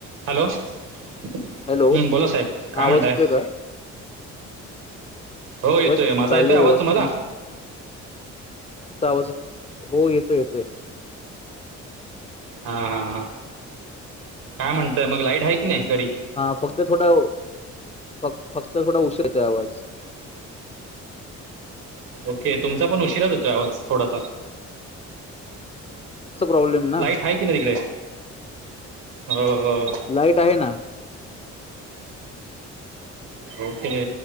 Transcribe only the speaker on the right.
Hello. हम्म
बोला साहेब काय
म्हणताय?
हो येतोय.
माझा
येतोय आवाज
तुम्हाला?
हा हा हा काय म्हणताय म, लाईट हाय की नाय घरी?
ओके. तुमचा पण उशिराच येतोय आवाज थोडासा.
लाईट हाय कि नाही तिकडे? अं
ओके.